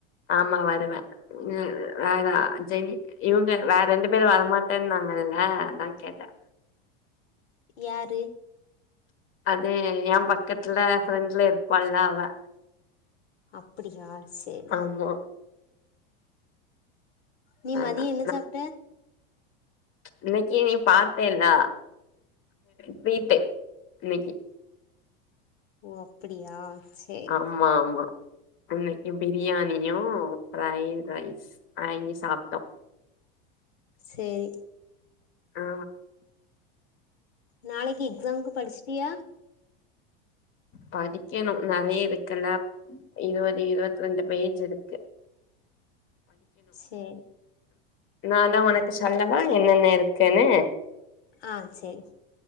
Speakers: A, on the left (about 40°); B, on the left (about 80°).
A: ஆமா வருவேன் வேற அஜயினி இவங்க வேற ரெண்டு பேரும் வரமாட்டேன்னுன்னாங்கல்ல அதான் கேட்டேன்
B: யாரு
A: அது என் பக்கத்துல ஃப்ரெண்ட்ல இருப்பல்ல அவ
B: அப்படியா சேரி
A: ஆமா
B: நீ
A: அதான்
B: மதியம் என்ன சாப்பிட்ட
A: இன்னைக்கி நீ பார்த்தேல்லா ஃப்ரீ டைம் இன்னைக்கு
B: ஓ அப்படியா சரி
A: ஆமா ஆமா இன்னைக்கு பிரியாணியும் ப்ரைட் ரைஸ் வாங்கி சாப்பிட்டோம்
B: சேரி
A: ஆ
B: நாளைக்கு எக்ஸாம்க்கு படிச்சிட்டியா
A: படிக்கணும் நிறைய இருக்குல்ல இருபது இருபத்த ரெண்டு பேஜ் இருக்கு
B: சேரி
A: நா தான் உனக்கு சொல்லவா என்னென்ன இருக்கு ன்னு
B: ஆ சேரி